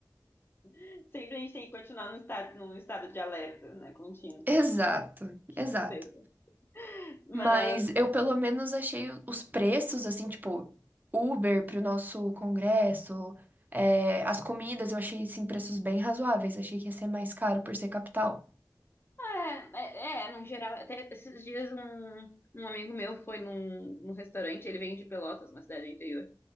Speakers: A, on the left; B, on the right.
A: <laughs> sempre a gente tem que continuar num estado, num estado de alerta, né? Contínuo.
B: Exato,
A: Que
B: exato.
A: tristeza. Mas,
B: Mas eu pelo menos achei o- os preços, assim, tipo, Uber para o nosso congresso, é, as comidas eu achei, assim, preços bem razoáveis. Achei que ia ser mais caro por ser capital.
A: ah, é, é, é, no geral, até esses dias um, um amigo meu foi num, num restaurante, ele vem de Pelotas, uma cidade do interior.